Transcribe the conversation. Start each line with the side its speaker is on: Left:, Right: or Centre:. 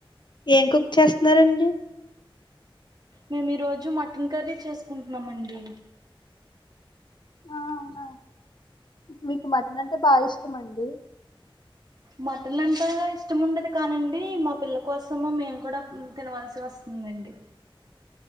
Left: ఏం కుక్ చేస్తున్నారంండి
Right: మేము ఈరోోజు మటన్ కర్రీ చేసుకుంటున్నామండి
Left: ఆ అవునా మీకు మటన్ అంటే బాగా ఇష్టంండి
Right: మట్టన్ అంతగా ఇష్టం ఉండదు కానండి మా పిల్ల కోసము మేము కూడా తినవల్సి వస్తుందండి